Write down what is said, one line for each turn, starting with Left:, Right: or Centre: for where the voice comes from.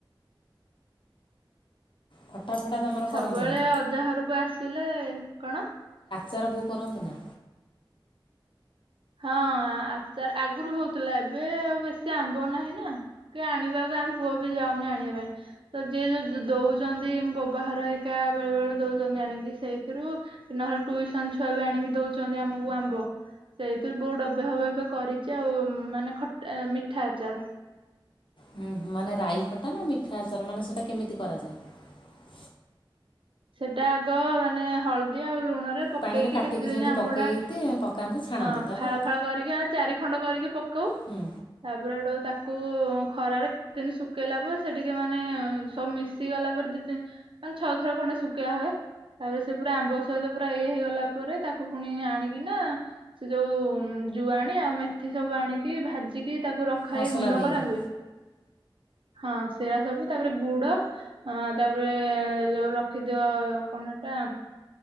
Left: ଖଟା ଫଟା ତୁମର
Right: ସବୁବେଳେ
Left: କରନ୍ତି ନା
Right: ଅଜାହରକୁ ଆସିଲେ କଣ?
Left: ଚାର ବୋ କରନ୍ତି ନା,
Right: ହଁ ଆଚାର ଆଗରୁ ହହୁଥିଲା ଏବେ ଆଉ ବେଶୀ ଆମ୍ବ ନାହିଁ ନା କି ଆଣିବାକୁ ଆମ ପୁଅ ବି ଯାଉନି ଆଣିବା ପାଇଁ ତ ଯିଏ ଯୋଉ ଦଉଛନ୍ତି ବାବାଘର ହେଇିକା ବେଳେ ବେଳେ ଦଉଛନ୍ତି ଆଣିକି ସେଇଥିରୁ ନହେଲେ ଟ୍ୟସନ ଛୁଆ ବି ଆଣିକି ଦଉଛନ୍ତି ଆମକୁ ଆମ୍ବ ସେଇଥିରୁ ବହୁତ ଅବବବେ କରିଛି ଆଉ ମାନେ ଖଟ ମିଠା ଆଚାର।
Left: ହୁଁ ମାନେ ରାଇ ଖଟା ନା ମିଠା ଆଚାର ମାନେ ସେଇଟା କେମିତି କରାଯାଏ
Right: ସେଟା ଆଗ ମାନେ ହଳଦୀ ଆଉ ଲୁଣ ରେ ପକେଇକି
Left: ପାଣିରେ କାଟିକି
Right: କେତେ
Left: ଯେମିତି
Right: ଦିନ ଆମ୍ବ
Left: ପକେଇତେ
Right: ଟା
Left: ପକାନ୍ତି ଛାଣନ୍ତି
Right: ହଁ
Left: ତାପରେ
Right: ଫାଳ ଫାଳ କରିକି ଚାରି ଖଣ୍ଡ କରିକି ପକଉ
Left: ହୁଁ
Right: ତାପରେ ସେଟ ତାକୁ କୁ ଖରାରେ ଦିନ୍ ଶୁଖେଇଲା ପରେ ସେ ଟିକେ ମାନେ ସବୁ ମିଶି ଗଲା ପରେ ଦିଇ ତିନି ମାନେ ଛଅ ଥର ଖଣ୍ଡ ପ ହୁଏ ତାପରେ ସେ ପୁରା ଆମ୍ବ ସହିତ ପୁରା ଇଏ ହେଇଗଲା ପରେ ତାକୁ ପୁଣି ଆଣିକିନା ସେ ଯୋଉ ଜୁଆଣି ଆଉ ମେଥି ସବୁ ଆଣିକି ଭାଜିି କି ତାକୁ ରଖାଇ
Left: ମସଲା
Right: ଗୁଣ୍ଡ
Left: ଦିଆଯାଏ
Right: କରାହୁଏ। ହଁ ସେରା ସବୁ ତାପରେ ଗୁଡ ଅ ତାପରେ ଯୋଉ ରଖିଦିଅ କଣ ସେଟା